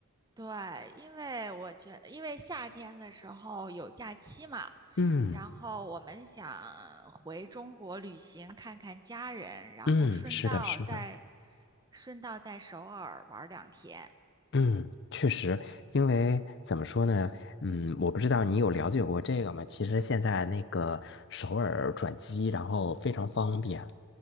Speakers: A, on the right (about 15°); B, on the left (about 50°).
A: 对，因为我觉因为夏天的时候有假期嘛，
B: 嗯
A: 然后我们想回中国旅行，看看家人，然后顺道在
B: 嗯，是的，是的。
A: 顺道在首尔玩儿两天。
B: 嗯，确实，因为怎么说呢？嗯，我不知道你有了解过这个吗？其实现在那个首尔转机，然后非常方便。